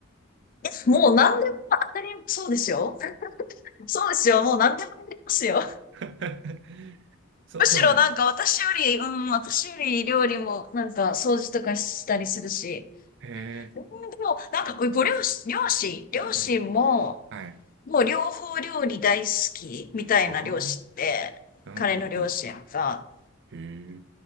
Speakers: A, on the left; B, on the right.
A: え、もう何でも当たり、そうですよ。<laughs> そうですよ。もう何でもやりますよ。
B: <laughs> そ、
A: むしろなんか私より、
B: そうなんです。
A: うん、私より料理もなんか掃除とかしたりするし。
B: へえ、
A: うんでも、なんかご両親、両親、両親も、
B: はい、はい。
A: もう両方料理大好きみたいな両親って、
B: ああ、うんうんうん。
A: 彼の両親が。
B: へえ、